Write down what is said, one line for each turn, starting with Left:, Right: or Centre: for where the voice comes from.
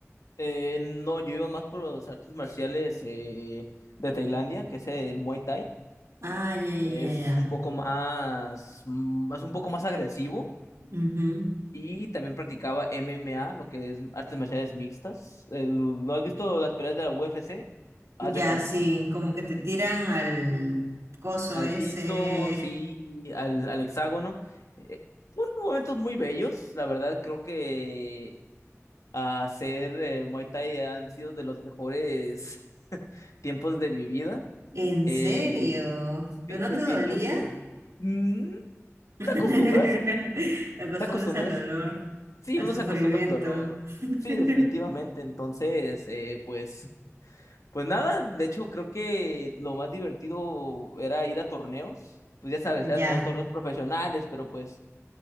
Left: Eh, no, yo iba más por las artes marciales eh, de Tailandia, que es el Muay Thai.
Right: Ah, ya, ya,
Left: Es
Right: ya, ya.
Left: un poco más, mm, es un poco más agresivo.
Right: Ujú.
Left: Y también practicaba MMA, lo que es artes marciales mixtas. El- ¿no has visto las peleas de la UFC? Haz
Right: Ya,
Left: de cuenta.
Right: sí, como que te tiran al coso
Left: Al
Right: ese
Left: piso, sí, al, al hexágono. Eh, fueron momentos muy bellos, la verdad creo que a hacer eh, Muay Thai han sido de los mejores <laughs> tiempos de mi vida.
Right: ¿En
Left: Eh,
Right: serio? ¿Pero
Left: sí,
Right: no
Left: definitivamente.
Right: te dolía?
Left: Mm,
Right: <laughs> Te
Left: te acostumbras,
Right: Acostumbras
Left: te acostumbras.
Right: al dolor,
Left: Sí,
Right: al
Left: uno
Right: sufrimiento.
Left: se acostumbra al dolor.
Right: <laughs>
Left: Sí, definitivamente. Entonces, eh, pues, pues nada, de hecho creo que lo más divertido era ir a torneos. Pues ya sabes, eran
Right: Ya,
Left: no torneos profesionales, pero pues